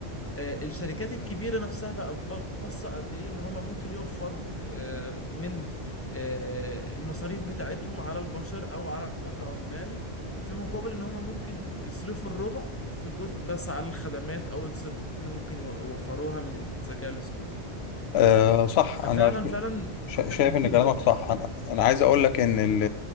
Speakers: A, on the left (about 15°); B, on the left (about 75°).
A: آه، الشركات الكبيرة نفسها بقت باصة قد إيه إن هما ممكن يوفروا آه، من آه، المصاريف بتاعتهم على البشر أو على العمال في مقابل إن هما ممكن يصرفوا الربع في الجزء بس على الخدمات أو السيرفيسات اللي ممكن يو- يوفروها من الذكاء الاصطناعي
B: أه صح
A: ففعلا
B: انا
A: فعلا
B: شا-
A: ده
B: شايف
A: كبير
B: ان كلامك
A: جدا
B: صح انا
A: م-
B: أنا عايز اقول لك ان ال